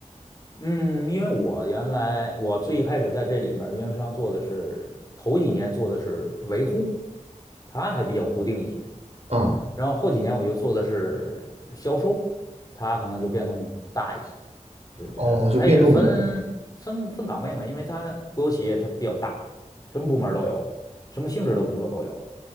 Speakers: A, on the left; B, on the right.
A: 嗯，因为我原来我最一开始在这里面儿运营商做的是头几年做的是维护，它还比较固定一些。
B: 嗯，
A: 然后后几年我就做的是销售，它可能就变动大一些，就是这样。
B: 哦，就变动比较大，
A: 它也是分分分岗位嘛，因为它国有企业它比较大，什么部门儿都有，什么性质的工作都有，